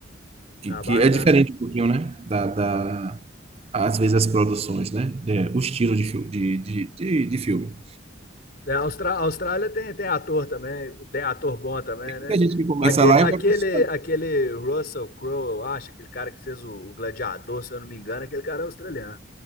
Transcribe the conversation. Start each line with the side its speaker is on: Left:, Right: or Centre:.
Right: Que,
Left: Ah,
Right: que
Left: bacana.
Right: é diferente um pouquinho, né? Da, da, às vezes as produções, né? De- o estilo de, fil- de, de, de, de filme.
Left: É, a Austra- a Austrália tem, tem ator também, tem ator bom também, né?
Right: Tem gente que começa
Left: Aquele,
Right: lá
Left: aquele,
Right: e vai para os Estados
Left: aquele Russell Crowe, eu acho, aquele cara que fez o, o Gladiador, se eu não me engano, aquele cara é australiano.